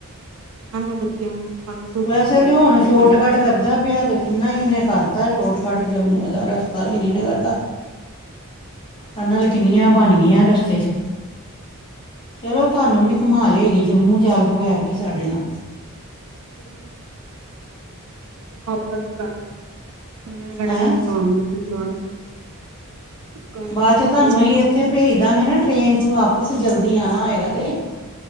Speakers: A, on the right; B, on the left.
A: ਛੁੱਟੀਆਂ ਨੇ ਬੱਚਿਆਂ ਨੂੰ ਸਾਰੇ ਲੋਕ
B: ਵੈਸੇ
A: ਗਏ
B: ਤੇ ਹੁਣ
A: ਹੋਏ
B: ਸ਼ਾਰਟਕਟ
A: ਘੁੰਮਣ
B: ਕਰਦਾ ਪਿਆ ਕਿੰਨਾ ਹੀ ਉਨੇ ਕਰ ਤਾ ਸ਼ੋਟਕੱਟ ਜੰਮੂ ਦਾ ਰਸਤਾ ਸ਼੍ਰੀਨਗਰ
A: ਹੂੰ।
B: ਦਾ ਟਨਲ ਕਿੰਨੀਆਂ
A: ਠੀਕ
B: ਬਣ
A: ਹੈ।
B: ਗਈਆਂ ਰਸਤੇ 'ਚ
A: ਹਾਂਜੀ
B: ਚਲੋ
A: ਹਾਂਜੀ
B: ਤੁਹਾਨੂੰ ਵੀ ਘੁਮਾ ਲਿਆਈਏ ਜੰਮੂ ਚੱਲ ਪਉ ਐਤਕੀ ਸਾਡੇ ਨਾਲ
A: ਚਲੋ ਪਾਪਾ ਦੀ ਗੱਲ ਆ। ਇਹਨਾਂ ਨੇ ਕਹਿਣਾ
B: ਹੈਂ
A: ਮੈਂ ਦੁਕਾਨ ਵਿਚੋਂ ਜਾ ਨੀ ਸਕਦਾ ਦੁਕਾਨ
B: ਬਾਅਦ
A: ਤੋਂ ਨੀ
B: 'ਚ
A: ਨਿਕਲ
B: ਤੁਹਾਨੂੰ
A: ਸਕਦਾ
B: ਇਹੀ ਇੱਥੇ ਭੇਜ ਦਾਂਗੇ ਨਾ ਟ੍ਰਰੇਨ ਚ ਵਾਪਸ ਜਲਦੀ ਆਂਣਾ ਹੋਏਗਾ ਤੇ